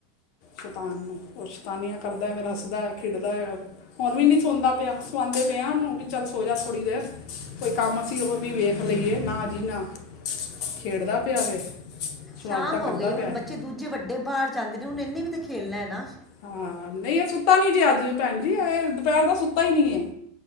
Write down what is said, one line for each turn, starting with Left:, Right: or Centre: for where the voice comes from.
Left: ਸ਼ੈਤਾਨ ਨੂੰ। ਉਹ ਸ਼ੈਤਾਨੀਆਂ ਕਰਦਾ ਫਿਰ ਹੱਸਦਾ ਏ, ਖੇਡਦਾ ਹੈ। ਹੁਣ ਵੀ ਨਹੀਂ ਸੌਦਾ ਪਿਆ ਸਵਾਉਂਦੇ ਪਏ ਆ ਉਹਨੂੰ ਵੀ ਚੱਲ ਸੋ ਜਾ ਥੋੜ੍ਹੀ ਦੇਰ। ਕੋਈ ਕੰਮ ਅਸੀਂ ਉਹ ਵੀ ਵੇਖ ਲਈਏ ਨਾ ਜੀ ਨਾ। ਖੇਡਦਾ ਪਿਆ ਵੇ? ਸ਼ਰਾਰਤਾਂ
Centre: ਸ਼ਾਮ
Left: ਕਰਦਾ
Centre: ਹੋ ਗਈ ਹੁਣ
Left: ਪਿਆ
Centre: ਬੱਚੇ
Left: ਹੈ
Centre: ਦੂਜੇ ਵੱਡੇ ਬਾਹਰ ਜਾਂਦੇ ਨੇ ਹੁਣ ਇੰਨੇ ਵੀ ਤਾਂ ਖੇਲਣਾ ਹੈ ਨਾ।
Left: ਹਾਂ ਨਹੀਂ ਇਹ ਸੁੱਤਾ ਨੀ ਜੇ ਅੱਜ ਭੈਣ ਜੀ ਇਹ ਦੁਪਹਿਰ ਦਾ ਸੁੱਤਾ ਹੀ ਨੀ ਏ।